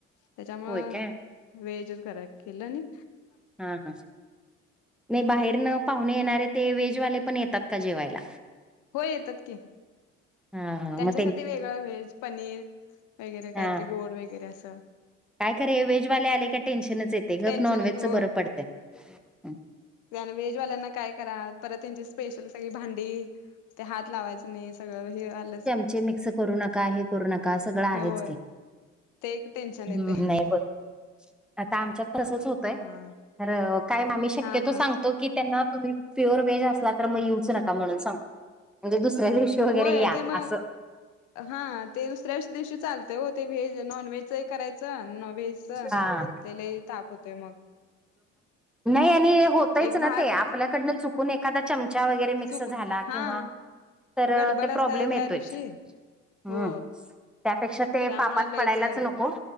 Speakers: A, on the left; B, in the centre.
A: त्यांच्यामुळ
B: होय काय
A: व्हेजच कराय केलं नी
B: हा हा. नय बाहेरन पाहुणे येणारे ते व्हेजवाले पण येतात का जेवायला
A: होय येतात की
B: हा हा
A: त्यांच्यासाठी
B: मग
A: वेगळं व्हेज पनीर वगैरे कायतरी
B: हा
A: गोड वगैरे अस
B: काय करा व्हेज वाले आले का टेन्शनच येते
A: टेन्शनच
B: ग नॉन व्हेजचं
A: हो
B: बरं पडतं
A: नॉनव्हेजवाल्यांना काय करा परत त्यांची स्पेशल सगळी भांडी ते हात लावायचं नाही सगळं हे आलं
B: जे मिक्स करू नका हे करू नका सगळं आहेच
A: होय
B: की
A: ते एक टेन्शन
B: हम्म
A: येते
B: नाही बर आता आमच्यात तसंच होतंय
A: हा
B: तर काय आम्ही शक्यतो
A: हा हा
B: सांग की त्यांना तुम्ही प्युअर व्हेज असला तर मग येऊच नका म्हणून सांग म्हनजे दुसऱ्या दिवशी वगैरे
A: होय
B: या
A: ते मग
B: असं
A: हा ते दुसऱ्याच दिवशी चालते हो ते व्हेज नॉनव्हेज करायचं न व्हेज
B: हा.
A: च लय ताप होतोय मग
B: नाही आणि होतच
A: एक
B: ना
A: भात
B: ते आपल्याकडनं चुकून एखादा चमचा वगैरे मिक्स
A: चुक
B: झाला
A: हा
B: किंवा तर
A: गडबड
B: ते
A: असत्या
B: प्रॉब्लेम
A: त्या
B: येतोयच
A: दिवशी
B: ह,
A: हो
B: त्यापेक्षा ते
A: त्यामुळे
B: पापात
A: लईच
B: पडायलाच नको